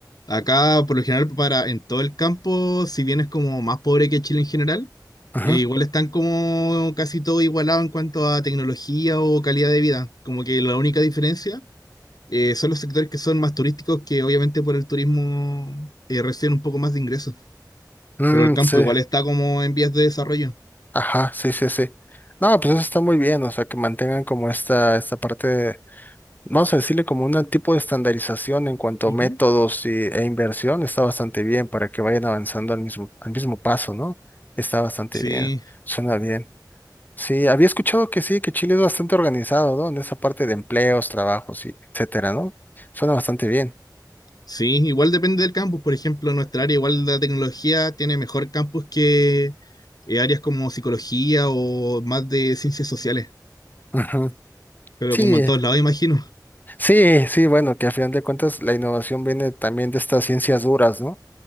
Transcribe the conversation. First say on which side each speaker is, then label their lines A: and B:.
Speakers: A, on the left; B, on the left.
A: Acá, por lo general, para, en todo el campo, si bien es como más pobre que Chile en general,
B: Ajá.
A: eh, igual están como casi todo igualado en cuanto a tecnología o calidad de vida. Como que la única diferencia eh, son los sectores que son más turísticos, que obviamente por el turismo eh, reciben un poco más de ingresos.
B: Mm,
A: Pero el campo
B: sí.
A: igual está como en vías de desarrollo.
B: Ajá, sí, sí, sí. No, pues eso está muy bien, o sea, que mantengan como esta, esta parte de, vamos a decirle como un tipo de estandarización en cuanto
A: Ujú.
B: a métodos y, e inversión, está bastante bien para que vayan avanzando al mismo, al mismo paso, ¿no? Está bastante
A: Sí.
B: bien, suena bien. Sí, había escuchado que sí, que Chile es bastante organizado, ¿no? En esa parte de empleos, trabajos y etcétera, ¿no? Suena bastante bien.
A: Sí, igual depende del campus. Por ejemplo, nuestra área, igual la tecnología, tiene mejor campus que eh, áreas como psicología o más de ciencias sociales.
B: <laughs> Ujú.
A: Pero
B: Sí,
A: como en todos lados, imagino.
B: sí, sí, bueno, que a final de cuentas la innovación viene también de estas ciencias duras, ¿no?